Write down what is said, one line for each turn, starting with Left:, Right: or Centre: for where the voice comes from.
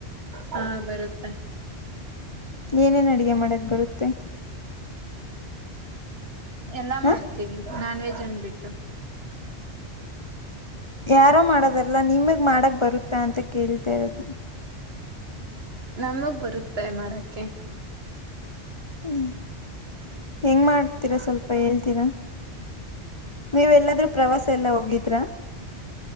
Right: ಹಾ ಬರುತ್ತೆ
Left: ಏನೇನ್ ಅಡಗೆ ಮಾಡಕ್ ಬರುತ್ತೆ
Right: ಎಲ್ಲ
Left: ಹ
Right: ಮಾಡ್ತೀವಿ ನಾನ್ ವೆಜ್ ಅನಟ್ಟು
Left: ಯಾರೋ ಮಾಡದಲ್ಲ ನಿಮಗ್ ಮಾಡಕ್ ಬರುತ್ತಾ ಅಂತ ಕೇಳ್ತಾ ಇರೋದು
Right: ನಮಗ್ ಬರುತ್ತೆ ಮಾಡಕ್ಕೆ
Left: ಹ್ಮ್ ಹೆಂಗ ಮಾಡ್ತೀರಾ ಸ್ವಲ್ಪ ಹೇಳ್ತೀರಾ ನೀವ್ ಎಲ್ಲಾದ್ರೂ ಪ್ರವಾಸ ಎಲ್ಲಾ ಹೋಗಿದ್ರಾ